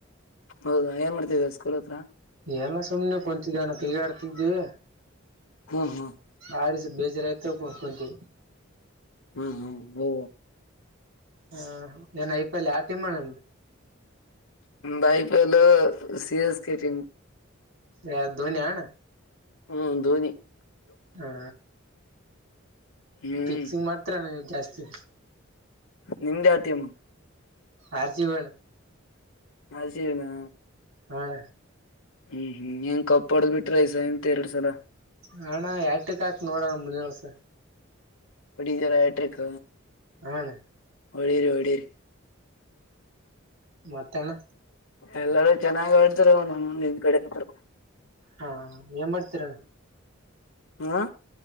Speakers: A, on the left; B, on the right.
A: ಹೌದಾ ಏನ್ ಮಾಡ್ತಿದರ ಸ್ಕೂಲ್ ಹತ್ರ.
B: ಏನ ಸುಮ್ನೆ ಕುಂತ ಜಣ ಕೀಗಾಡ್ತಿದ್ದೀವಿ.
A: ಹ್ಮ್ ಹ್ಮ್
B: ಆಡಿ ಬೇಜಾರಾಯಿತತಿ.
A: ಹ್ಮ್ ಹ್ಮ್ ಹೌ.
B: ಹ ಏನ್ ಐ ಪಿ ಎಲ್ ಯಾವ ಟೀಮ್ ಅಣ್ಣ
A: ಹ ಐ ಪಲ್ಲ. ಸಿ ಎಸ್ ಕೆಟಿಂಗ್.
B: ಯಾರ ಧೋನಿ ಹಣ್ಣ.
A: ಹ್ಮ್ ಧೋನಿ.
B: ಹಾ
A: ಹ್ಮ್
B: ಫಿಕ್ಸಿಂಗ್ ಮಾಡ್ತ್ರ ನೀ ಜಾಸ್ತಿ.
A: ನಿಮ್ದೇ ಆತಮ್ಮ.
B: ಆರ್ಚಿವಣ.
A: ಅ ಸರಿನಾ.
B: ಹಣ.
A: ಹ್ಮ್ ಹ್ಮ್ ಹೆಂಗ ಕಪ್ಪಾಡ್ದ್ ಬಿಟ್ರ ಐಸ ಎಂತ ಎರಡ್ ಸಲ.
B: ಹಣ ಯಟಕ್ ಆತ್ ನೋಡೋಣ ಮುಂದಿನಿವರ್ಸ.
A: ಬಡ ಜರ ಟ್ರಕ್.
B: ಹಣ.
A: ಒಳ್ಳೀರಿ ಒಳ್ಳೇರಿ.
B: ಮತ್ತೆಣ್ಣ.
A: ಎಲ್ಲರೂ ಚೆನ್ನಾಗ್ ಆಡಿದ್ರು ನಾನ ನಿಂದ ಕಡೆ ಅರು.
B: ಹಾ ಏನ್ ಮಾಡ್ತೀರಣ.
A: ಹಾ.